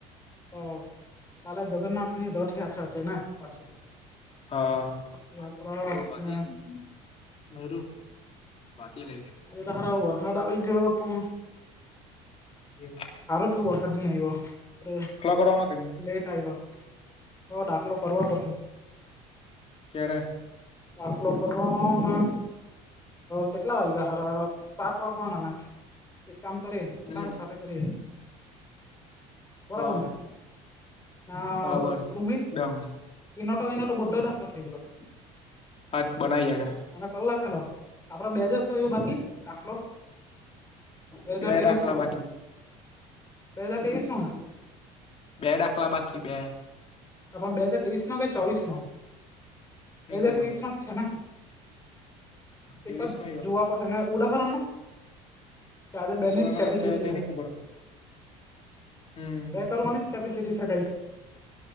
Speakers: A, on the left (about 20°); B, on the left (about 40°).
A: હ, કાલે જગન્નાથની રથયાત્રા છે ને પાછી
B: હા.
A: રથયાત્રા
B: બહુ વાગે
A: ને
B: ની ને હારુ બાકી લ
A: આજે તો હારા વરસાદ આવી ગયો પણ
B: <inaudible>
A: થયુ વરસાદ નહી આય્વો. તો
B: કરવાનો કે ની
A: લેટ આવ્યો. તો દાખલો કરવા પડશે?
B: કયારે?
A: દાખલો કરવાનો અને કેટલા વાગ્યા ખરા સાત વાગવાનાને એક કામ કરીએ
B: હમ
A: સારા સાતે કરીએ બરાબરને
B: હ
A: હા
B: બરાબર
A: હવે ધૃવીન
B: ડમ
A: ના ઇના ટો ઈના તોબધો ડાફલોટ થઈ ગયલા.
B: હાટ બનાઈએ ઘણા
A: અને કલા ખેલો આપડો બે હજાર કયું બાકી દાખલો હાજર
B: બે
A: ત્રેવીસ
B: દાખલા
A: નો
B: બાકી
A: બે હજાર તેવીસનોને
B: બે દાખલા બાકી બે
A: આ પણ બે હાજર ત્રેવીસ નો કે ચોવીસ નો? બે
B: ની
A: હાજર
B: ખબર
A: ત્રેવીસમાં છે ને
B: ત્રેવીસ
A: એક જ
B: નો યો
A: જોવા પડહેને ઉડાહરણમા આજે બેની
B: ઉદાહરણ
A: જ કેપેસિટી
B: કયો તે
A: છે.
B: ની ખબર હમ
A: બે કરવાની જ કેપેસિટી છે કઈ